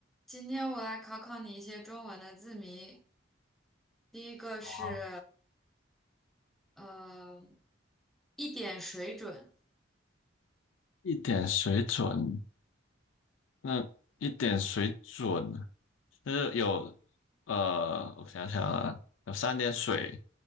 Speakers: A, in the centre; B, on the left.
A: 今天我来考考你一些中文的字谜。第一个是，
B: 好
A: 呃，一点水准，
B: 一点水准，那一点水准，那就有呃，我想想啊，有三点水，